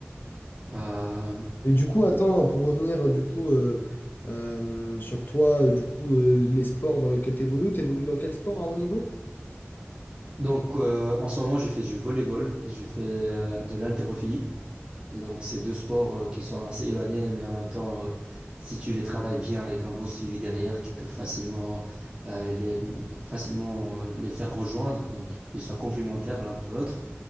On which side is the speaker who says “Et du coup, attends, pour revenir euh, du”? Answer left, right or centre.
Left